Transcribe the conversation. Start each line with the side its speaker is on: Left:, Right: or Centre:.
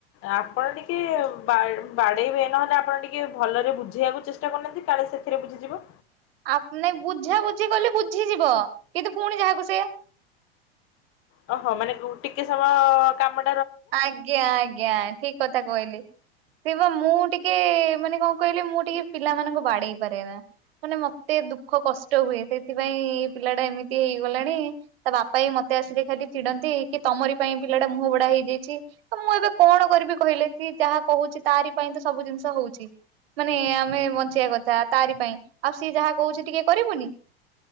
Left: ଆପଣ ଟିକେ ବାଡ଼େ, ବାଡେଇବେ ନହେଲେ ଆପଣ ଟିକେ ଭଲରେ ବୁଝେଇବାକୁ ଚେଷ୍ଟା କରୁନାହାନ୍ତି। କାଳେ ସେଥିରେ, ବୁଝିଯିବ।
Right: ଆପ ନେ ବୁଝା, ବୁଝି କଲେ ବୁଝିଯିବ। କିନ୍ତୁ ପୁଣି ଯାହାକୁ ସେୟା।
Left: ଓ, ହୋ। ମାନେ, ରୁ ଟିକେ ସମୟ କାମ
Right: ଆଜ୍ଞା, ଆଜ୍ଞା। ଠିକ କଥା କହିଲି। ସେ ବା ମୁଁ ଟିକେ ଟିକେ, ମାନେ କଣ କହିଲେ। ମୁଁ ଟିକେ ପିଲାମାନାନଙ୍କୁ, ବାଡେଇ ପାରେ ନା। ମାନେ ମତେ ଦୁଃଖ କଷ୍ଟ ହୁଏ। ସେଥିପାଇଁ, ଏ ପିଲା ଟା ଏମିତି ହେଇଗଲାଣି। ତା ବାପା ବି ମତେ ମତେ ଆସିଲେ ଖାଲି ଚିଡନ୍ତି। କି ତମରି ପାଇଁ ପିଲା ମୁହ ବଡା ହେଇଯାଇ ଛି। ମୁଁ ଏବେ କଣ, କରିବି କହିଲେ? ସେ ଯାହା କହୁଛି, ତାରି ପାଇଁ ତ ସବୁ ଜିନିଷ ହଉଛି। ମାନେ, ଆମେ ବଞ୍ଚେଇବା କଥା ତାରି ପାଇଁ। ଆଉ ସିଏ ଯାହା କହୁଛି ଟିକେ କରିବୁନି।